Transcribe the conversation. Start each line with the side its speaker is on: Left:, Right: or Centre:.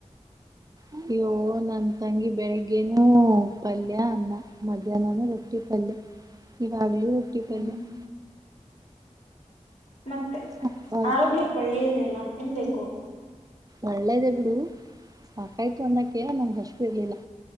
Right: ಅಯ್ಯೋ ನನ್ ತಂಗಿ ಬೆಳಿಗ್ಗೆನೂ ಪಲ್ಯ ಅನ್ನ ಮಧ್ಯಾಹ್ನನೂ ರೊಟ್ಟಿ ಪಲ್ಯ ಇವಾಗ ಕಟ್ಟಿತ್ತಲ್ಲ
Left: ಹ್ಮ್
Right: <unintelligible>
Left: ಮತ್ತೆ
Right: ಸಾಕಾಯ್ತು
Left: ಆರೋಗ್ಯಕ್ಕ್ ಒಳ್ಳೆಯದೆ ಅಲ್ಲ ಎನ್ಬೇಕು
Right: ಒಳ್ಳೇದೆ ಬಿಡು ಸಾಕಾಯ್ತು ಅಂದಕ ನಂಗಗೆ ಹಸ ಇರ್ಲಿಲ್ಲ